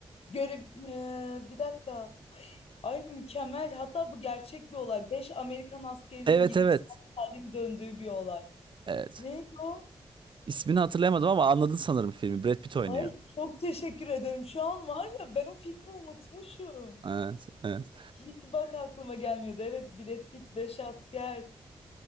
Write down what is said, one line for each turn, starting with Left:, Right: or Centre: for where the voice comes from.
Left: görev eee, bir dakika. Ay mükemmel. Hatta bu gerçek bir olay. Beş Amerikan askerinin
Right: Evet
Left: gidip
Right: evet.
Left: sağ salim döndüğü bir olay.
Right: Evet.
Left: Neydi o?
Right: İsmini hatırlayamadım ama anladın sanırım filmi. Brad Pitt oynuyor.
Left: Ay çok teşekkür ederim. Şu an var ya ben o filmi unutmuşum.
Right: Evet, evet.
Left: Hiç bak aklıma gelmiyordu. Evet Brad Pitt beş asker.